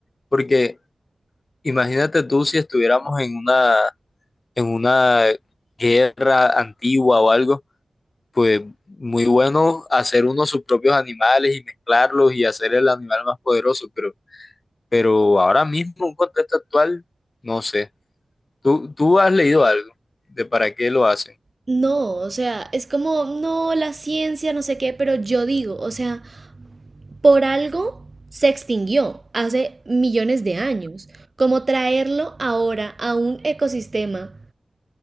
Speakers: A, on the left; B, on the right.
A: porque Imagínate tú si estuviéramos en una, en una guerra antigua o algo, pues muy bueno hacer uno sus propios animales y mezclarlos y hacer el animal más poderoso, pero, pero ahora mismo, un contexto actual, no sé. ¿Tú, tú has leído algo de para qué lo hacen?
B: No, o sea, es como, no, la ciencia, no sé qué, pero yo digo, o sea, por algo se extinguió hace millones de años. Como traerlo ahora a un ecosistema